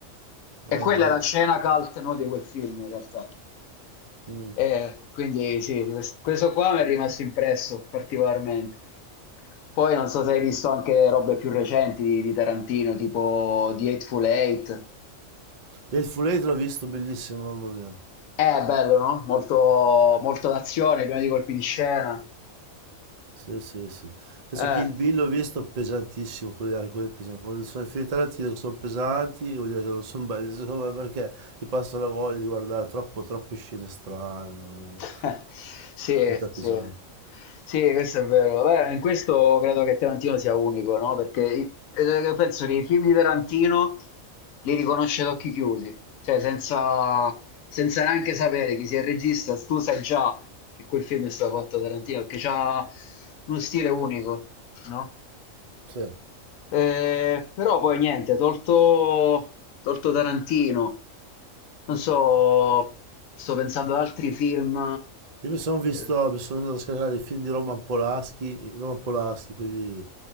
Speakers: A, on the right; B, on the left.
A: Mamma
B: E quella
A: mia.
B: è la scena cult, no, di quel film in realtà.
A: Mm.
B: Eh, quindi sì, quest- questo qua mi è rimasto impresso particolarmente. Poi non so se hai visto anche robe più recenti di, di Tarantino, tipo The Hateful Eight.
A: Full Eight l'ho visto bellissimo, mamma mia.
B: Eh, bello, no? Molto, molto d'azione, pieno di colpi di scena.
A: Sì, sì, sì. Adesso
B: Eh.
A: Kill Bill l'ho visto pesantissimo, quelli, anche quelli pesanti. Quando sono i film di Tarantino che sono pesanti, vuol dire che non sono belli, secondo me, perché ti passa la voglia di guardare troppo, troppe scene strane, non-
B: <laughs> Sì,
A: diventa pesante.
B: sì, sì, questo è vero. Beh, in questo credo che Tarantino sia unico, no? Perché i- eh, penso che i film di Tarantino li riconosce ad occhi chiusi, cioè senza, senza neanche sapere chi sia il regista, tu sai già che quel film è stato fatto da Tarantino, perché c'ha uno stile unico, no?
A: Sì.
B: Eh, però poi niente, tolto, tolto Tarantino, non so, sto pensando ad altri film.
A: Io mi sono visto,
B: eh,
A: mi sono andato a scaricare i film di Roman Polanski, Roman Polanski, quelli